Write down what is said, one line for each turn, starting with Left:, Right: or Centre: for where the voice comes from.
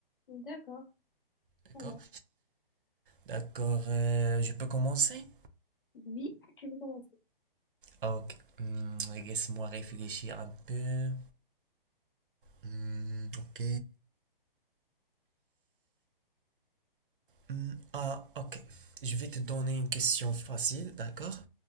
Left: D'accord,
Right: d'accord?
Left: ça va.
Right: D'accord, euh, je peux commencer?
Left: Oui. Tu veux commencer?
Right: Ok, hmm, laisse-moi réfléchir un peu. Hmm, ok. Hmm, ah, ok. Je vais te donner une question facile, d'accord?